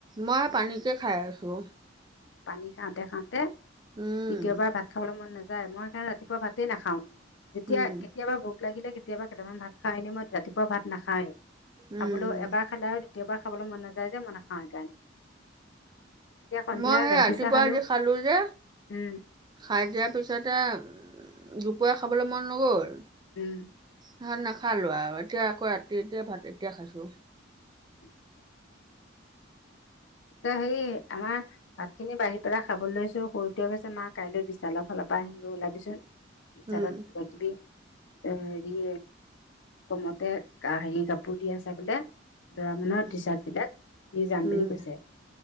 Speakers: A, on the right; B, on the left.
A: মই পানীকে খাই আছোঁ।
B: পানী খাওঁতে খাওঁতে
A: উম
B: দ্বিতয়বাৰ ভাত খাবলৈ মন নাযায়। মই সেই কাৰণে ৰাতিপুৱা ভাতে নাখাও যেতিয়া
A: উম
B: কেতিয়াবা ভোক লাগিলে কেতিয়াবা কেইটামান ভাত খাওঁ এনে মই ৰাতিপুৱা ভাত নাখায়েই খাবলৈও
A: উম
B: এবাৰ খালে আৰু কেতিয়াবা খাবলৈ মন নাযায় যে মই নাখাওঁ সেইকাৰণে এতিয়া সন্ধিয়া
A: মই ৰাতিপুৱা
B: গাখীৰ চাহ খালোঁ
A: আজি খালো যে
B: উম
A: খাই দিয়া পিছতে দুপৰীয়া খাবলৈ মন নগল।
B: উম,
A: ভাত নাখালো আৰু এতিয়া আকৌ ৰাতি এতিয়া ভাত এতিয়া খাইছো
B: উম এ সেই আমাৰ ভাত খিনি বাঢ়ি পেলাই খাবলৈ লৈছো সৰুটোৱে কৈছে মা কাইলৈ বিশালৰ ফালৰ পৰা আহিমগৈ ওলাবিচোন বিচাৰত
A: উম
B: কিবা কিবি এ হেৰি কমতে হেৰি কাপোৰ দি আছে বোলে লৰা মানুহৰ টি চাৰ্ট
A: উম
B: বিলাক লৈ যাম
A: উম,
B: বুলি কৈছে